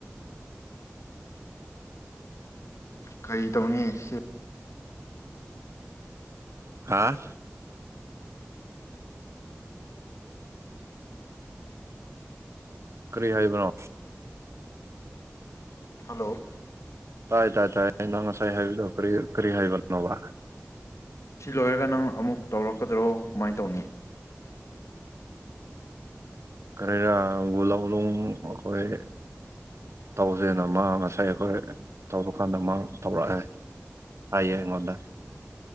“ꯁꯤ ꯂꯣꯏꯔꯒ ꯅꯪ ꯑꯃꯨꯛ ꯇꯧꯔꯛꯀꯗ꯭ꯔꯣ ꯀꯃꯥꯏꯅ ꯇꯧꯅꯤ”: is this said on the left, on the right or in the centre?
Left